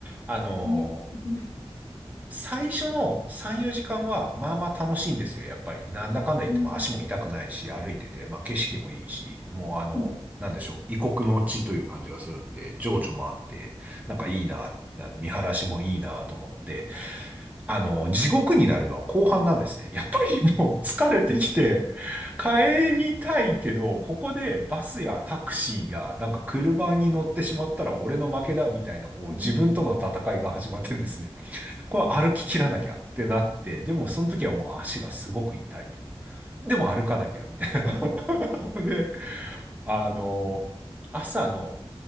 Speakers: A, on the right; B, on the left.
A: あのー
B: え、すごい。
A: 最初の3、4時間はまあまあ楽しいんですよ、やっぱり。なんだかんだ言っても足も痛くないし、
B: うん。
A: 歩いてて、まあ景色もいいし、もうあの、
B: うん
A: なんでしょう、異国の地という感じがするんで、情緒もあって、なんかいいな、
B: うん。
A: あの見晴らしもいいなと思って、あの、地獄になるのは後半なんですね。やっぱりもう疲れてきて、帰りたいけど、ここでバスやタクシーやなんか車に乗ってしまったら俺の負けだみたいな、こう自分との戦いが始まってですね。
B: うん。
A: これ歩き切らなきゃってなって、でもその時はもう足がすごく痛いと。でも歩かなきゃみたいな。
B: うん
A: <laughs> で、あの、朝の